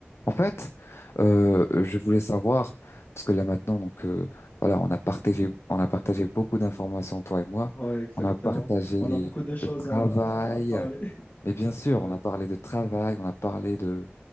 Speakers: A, on the left; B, on the left.
A: En fait, euh, je voulais savoir parce que là maintenant, donc euh, voilà, on a partagé, on a partagé beaucoup d'informations toi et moi.
B: Ouais, exactement.
A: On a partagé
B: On
A: les,
B: a beaucoup de choses
A: le travail,
B: à, à parler. <laughs>
A: mais bien sûr,
B: Ouais.
A: on a parlé de travail, on a parlé de